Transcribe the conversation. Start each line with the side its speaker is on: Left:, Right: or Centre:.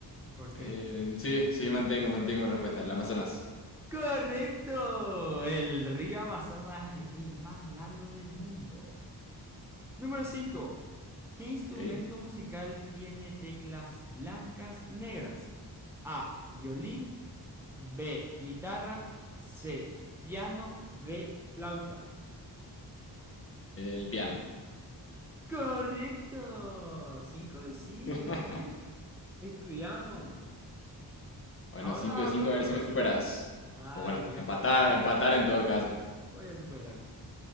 Centre: ¿Por qué?
Left: Eh, sí, sí, mantengo, mantengo mi respuesta. El Amazonas.
Centre: Correcto. El río Amazonas es el más largo del mundo. Número cinco, ¿Qué instrumento
Left: ¿ok?
Centre: musical tiene teclas blancas y negras? A. Violín. B. Guitarra. C. Piano. D. Flauta.
Left: El piano.
Centre: Correcto. cinco de cinco,
Left: <laughs>
Centre: ¿eh? Estudiamos.
Left: Bueno,
Centre: Ahora
Left: 5 de 5
Centre: pregúntame
Left: a ver si
Centre: vos.
Left: me superas.
Centre: Ah,
Left: O bueno,
Centre: le voy a
Left: empatar,
Centre: poder hoy.
Left: empatar en todo caso.
Centre: Voy a superar.